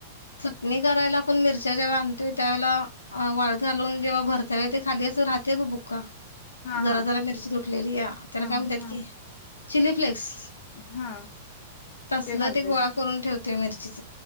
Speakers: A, on the left; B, on the left.
A: चटणी करायला पण मिरच्या ज्या आणतोय त्यावेळेला वाळत घालून, जेव्हा भरताव ते खाली असं राहतय बघ बुक्का..
B: हा
A: जरा
B: हा
A: जरा मिरची तुटलेली या, त्याला
B: हा
A: काय म्हणतात
B: हा
A: की, चिली फ्लेक्स
B: हा.
A: तसल
B: घालताय
A: ते गोळा
B: तर
A: करून ठेवते मिरचीच,